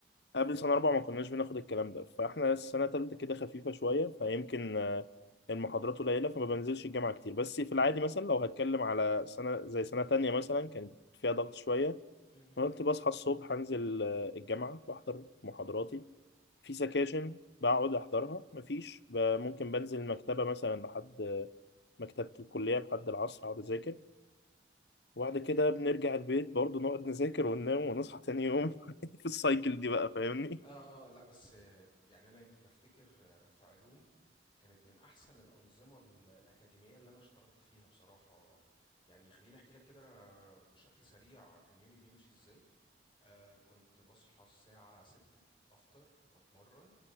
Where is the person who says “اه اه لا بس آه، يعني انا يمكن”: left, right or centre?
Left